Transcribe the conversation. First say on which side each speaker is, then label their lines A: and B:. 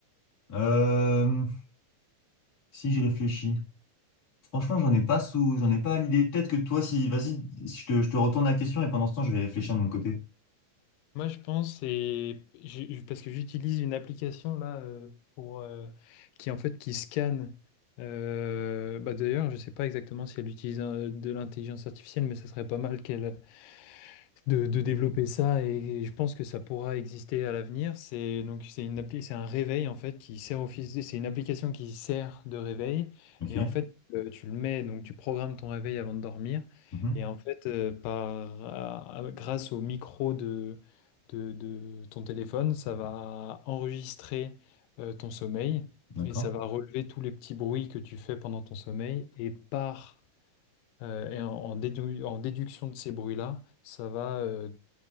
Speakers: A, on the left (about 35°); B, on the left (about 85°).
A: Euh, si j'y réfléchis, franchement, j'en ai pas sous, j'en ai pas à l'idée. Peut-être que toi, si, vas-y, je te, je te retourne la question et pendant ce temps, je vais réfléchir de mon côté.
B: Moi, je pense, et j'ai- parce que j'utilise une application là euh, pour euh, qui en fait qui scanne. euh, bah, d'ailleurs, je sais pas exactement si elle utilise euh, de l'intelligence artificielle, mais ça serait pas mal qu'elle de, de développer ça et je pense que ça pourra exister à l'avenir. C'est donc c'est une appli, c'est un réveil en fait qui sert office, c'est une application qui sert de réveil
A: Ok.
B: et en fait euh, tu le mets donc tu programmes ton réveil avant de dormir
A: Mhm.
B: et en fait euh, par à- à- grâce au micro de, de, de ton téléphone, ça va enregistrer euh, ton sommeil
A: D'accord.
B: et ça va relever tous les petits bruits que tu fais pendant ton sommeil et par euh, et en, en dédu- en déduction de ces bruits-là, ça va euh,